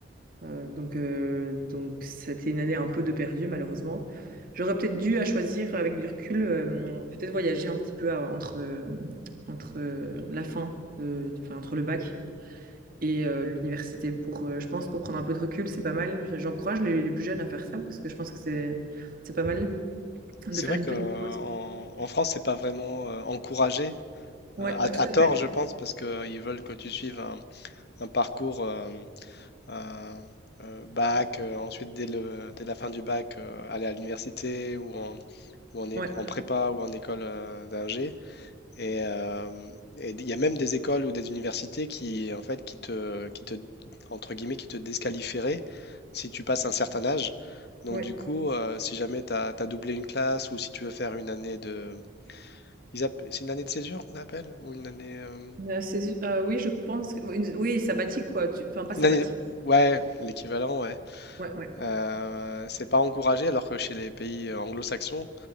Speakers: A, on the right; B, on the left.
A: Euh, donc euh, donc c'était une année un peu de perdu malheureusement. J'aurais peut-être dû à choisir avec du recul, euh, peut-être voyager un petit peu à- entre euh, entre euh, la fin, euh, enfin entre le bac et euh, l'université pour, euh, je pense pour prendre un peu de recul, c'est pas mal. J'encourage les, les plus jeunes à faire ça parce que je pense que c'est c'est pas mal de
B: C'est
A: faire
B: vrai que
A: une petite
B: euh,
A: pause.
B: en, en France, c'est pas vraiment euh, encouragé,
A: Ouais,
B: euh, à,
A: ouais, tout
B: à tort,
A: à fait.
B: je pense, parce qu'ils veulent que tu suives un un parcours. euh, euh, euh, bac, euh, ensuite dès le, dès la fin du bac, euh, aller à l'université ou en, ou en, é-
A: Ouais,
B: en prépa ou en école euh, d'ingé. Et euh, et il y a même des écoles ou des universités qui, en fait, qui te, qui te, entre guillemets, qui te désqualifieraient si tu passes un certain âge. Donc
A: ouais.
B: du coup, euh, si jamais tu as, doublé une classe ou si tu veux faire une année de... ils app- C'est une année de césure qu'on appelle? Ou une année... euh,
A: Euh, c'est- euh, oui, je pense que... une- Oui, sabbatique, quoi. tu- Enfin, pas sabbatique.
B: Une année... Ouais,
A: mais-
B: l'équivalent, ouais.
A: Ouais, ouais,
B: Euh, c'est pas encouragé, alors que chez les pays euh, anglo-saxons,